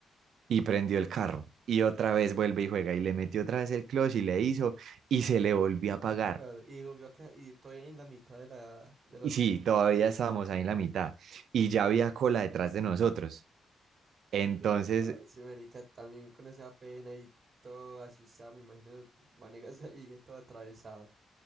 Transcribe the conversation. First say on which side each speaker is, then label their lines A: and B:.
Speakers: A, on the right; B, on the right.
A: y prendió el carro. Y otra vez vuelve y juega y le metió otra vez el clutch y le hizo y se le volvió a apagar.
B: No pagar. Y volvió a quedar, y estoy en la mitad de la, de la
A: Y
B: otra.
A: sí, todavía estábamos ahí en la mitad y ya había cola detrás de nosotros. Entonces,
B: Uy, no, ese marica también con esa pena y todo asustado, me imagino, Vanegas ahí <laughs> todo atravesado.